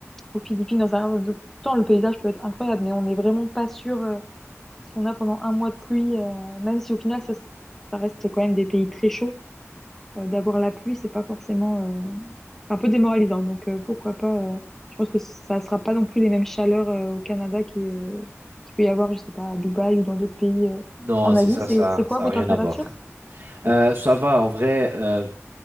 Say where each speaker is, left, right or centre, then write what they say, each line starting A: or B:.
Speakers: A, in the centre; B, on the right.
A: aux Philippines. Dans un... de- Pourtant, le paysage peut être incroyable, mais on n'est vraiment pas sûr. euh, si on a pendant un mois de pluie, euh, même si au final ça, s- ça reste quand même des pays très chauds, euh, d'avoir la pluie, c'est pas forcément euh, un peu démoralisant. Donc euh, pourquoi pas, euh, je pense que ça sera pas non plus les mêmes chaleurs euh, au Canada qui, euh, qu'il peut y avoir, je sais pas, à Dubaï ou dans d'autres pays euh,
B: Non,
A: en
B: c'est
A: Asie.
B: ça,
A: C'est,
B: ça,
A: c'est quoi
B: ça
A: vos
B: a rien
A: températures?
B: à voir.
A: C'est-
B: Euh, ça va, en vrai. euh,